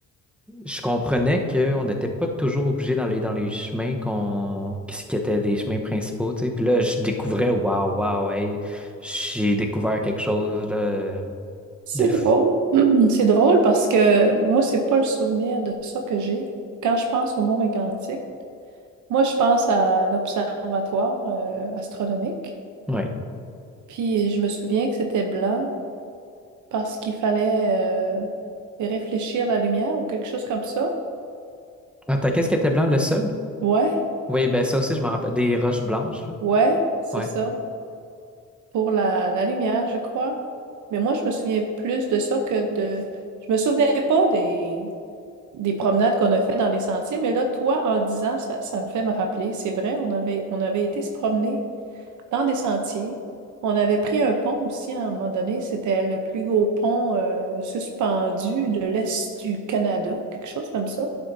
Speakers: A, in the centre; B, on the right.
A: je comprenais qu'on n'était pas toujours obligé d'aller dans les chemins qu'on qui qui étaient des chemins principaux. Tu sais. Puis là, je découvrais, waouh, waouh, hey, j'ai découvert quelque chose là,
B: C'est
A: de... f-
B: drôle. <clears throat> C'est drôle parce que moi, c'est pas le souvenir de ça que j'ai. Quand je pense au Mont Mégantic, moi, je pense à l'observatoire euh, astronomique.
A: Ouais.
B: Puis je me souviens que c'était blanc parce qu'il fallait euh, réfléchir la lumière ou quelque chose comme ça.
A: Attends, qu'est-ce qui était blanc, le sol?
B: Ouais,
A: Oui, ben ça aussi, je m'en rappelle. Des roches blanches, là.
B: ouais, c'est
A: Ouais.
B: ça. pour la, la lumière, je crois. Mais moi, je me souviens plus de ça que de... Je me souvenais pas des, des promenades qu'on a fait dans les sentiers, mais là, toi, en le disant, ça, ça me fait me rappeler. C'est vrai, on avait, on avait été se promener dans des sentiers. On avait pris un pont aussi à un moment donné. C'était le plus gros pont euh, suspendu de l'Est du Canada, quelque chose comme ça.